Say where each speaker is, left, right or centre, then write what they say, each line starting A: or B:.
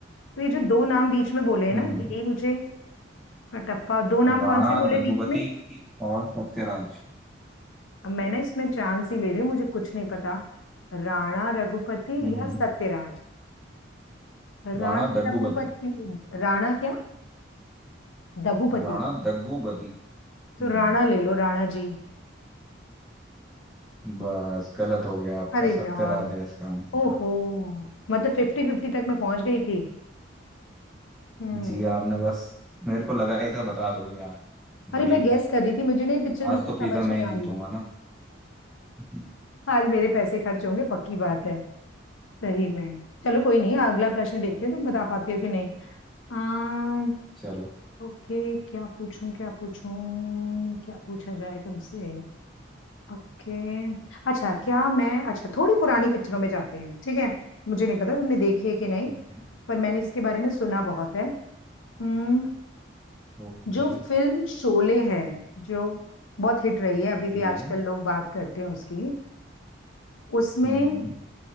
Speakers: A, on the left; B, in the centre.
A: तो ये जो दो नाम बीच में बोले हैं
B: हम्म
A: ना
B: हम्म,
A: यही मुझे कटप्पा दो नाम
B: राणा
A: कौन से बोले
B: दग्गुबाती
A: बीच में
B: और सत्यराज
A: अब मैंने इसमें चांस ही ले रही हूँ मुझे कुछ नहीं पता राणा रघुपति
B: हम्म
A: या
B: हम्म,
A: सत्यराज राणा
B: राणा दग्गुबाती
A: रघुपति राणा क्या दघुपति
B: राणा दग्गुबाती
A: तो
B: हम्म
A: राणा ले लो राणा जी
B: बस गलत हो गया आपका
A: अरे
B: सत्यराज
A: यार
B: है इसका आंसर
A: ओहो मतलब फिफ्टी फिफ्टी तक मैं पहुंच गई थी हम्म
B: जी आपने बस मेरे को लगा ही था बता दोगे यार
A: अरे
B: बढ़िया
A: मैं गेस कर रही थी मुझे नहीं पिक्चर बिल्कुल
B: आज तो
A: समझ
B: पिज्जा मैं
A: नहीं
B: ही
A: आई
B: जीतूंगा
A: है
B: ना <laughs>
A: <laughs> आज मेरे पैसे खर्च होंगे पक्की बात है सही में चलो कोई नहीं अगला प्रश्न देखते हैं तुम बता पाती हो कि नहीं आम,
B: चलो
A: ओके क्या पूछूं क्या पूछूं क्या पूछा जाए तुमसे ओके अच्छा क्या मैं अच्छा थोड़ी पुरानी पिक्चरों में जाते हैं ठीक है मुझे नहीं पता तुमने देखी है कि नहीं
B: ठीक है
A: पर मैंने इसके बारे में सुना बहुत है हम्म,
B: ओके
A: जो फिल्म शोले है जो बहुत हिट रही है अभी
B: जी
A: भी आजकल लोग बात करते हैं उसकी उसमें
B: हम्म